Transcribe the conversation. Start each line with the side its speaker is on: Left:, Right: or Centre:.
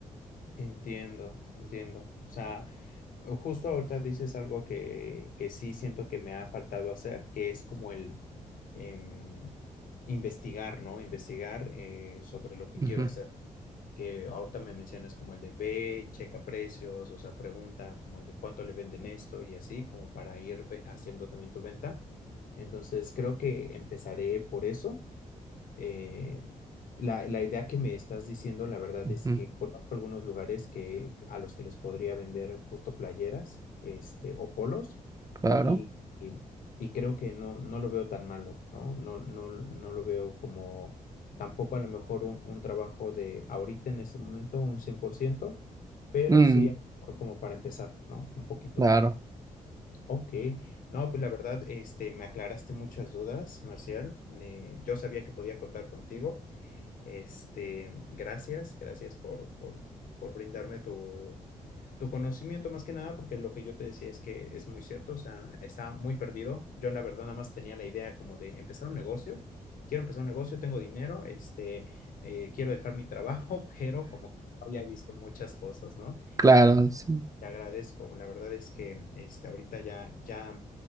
Left: Entiendo, entiendo. O sea, justo ahorita dices algo que, que sí siento que me ha faltado hacer, que es como el em, investigar, ¿no? Investigar eh, sobre lo que
Right: Ujú,
Left: quiero hacer. Que ahorita me mencionas como el de ve, checa precios, o sea, pregunta como el de cuánto le venden esto y así, como para ir ve- haciendo también tu venta. Entonces, creo que empezaré por eso. Eh, la, la idea que me estás diciendo, la verdad
Right: ujú,
Left: es que conozco algunos lugares que, a los que les podría vender justo playeras, este, o polos,
Right: Claro.
Left: y, y, y creo que no, no lo veo tan malo, ¿no? No, no, no lo veo como tampoco a lo mejor un, un trabajo de ahorita en este momento un 100% pero
Right: Mm,
Left: sí a lo mejor como para empezar, ¿no? Un poquito.
Right: claro,
Left: Ok, no, pues la verdad, este, me aclaraste muchas dudas, Marcial. Eh, yo sabía que podía contar contigo. Este, gracias, gracias por, por, por brindarme tu, tu conocimiento más que nada, porque lo que yo te decía es que es muy cierto, o sea, estaba muy perdido. Yo la verdad nada más tenía la idea como de empezar un negocio, quiero empezar un negocio, tengo dinero, este, eh, quiero dejar mi trabajo, <laughs> pero como que no había visto muchas cosas, ¿no?
Right: claro.
Left: Y
Right: sí,
Left: te agradezco. La verdad es que este, ahorita ya, ya